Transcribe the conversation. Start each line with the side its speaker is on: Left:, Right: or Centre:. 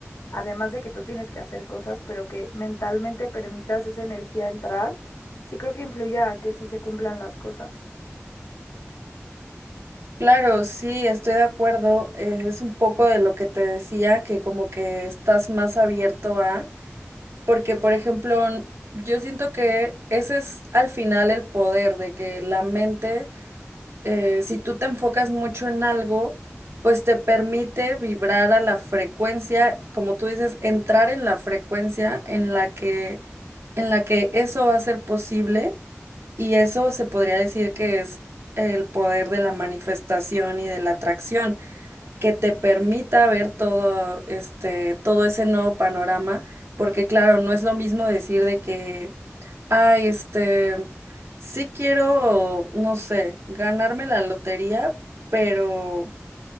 Left: además de que tú tienes que hacer cosas, pero que mentalmente permitas esa energía entrar, sí creo que influya a que sí se cumplan las cosas
Right: Claro, sí, estoy de acuerdo. eh, es un poco de lo que te decía, que como que estás más abierto a, porque por ejemplo, n- yo siento que ese es al final el poder de que la mente eh, si tú te enfocas mucho en algo, pues te permite vibrar a la frecuencia, como tú dices, entrar en la frecuencia en la que, en la que eso va a ser posible y eso se podría decir que es el poder de la manifestación y de la atracción, que te permita ver todo este, todo ese nuevo panorama, porque claro, no es lo mismo decir de que Ay, este, sí quiero, no sé, ganarme la lotería, pero,